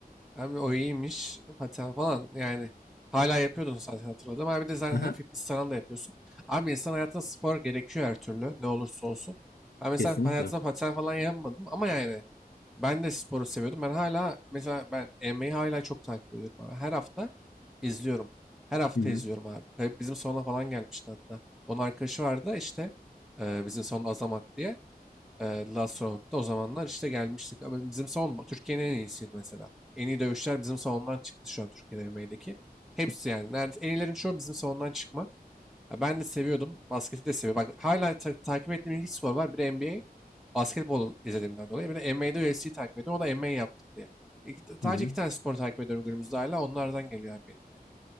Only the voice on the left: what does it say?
Aha,
kesinlikle.
Hı hı.
Hı hı.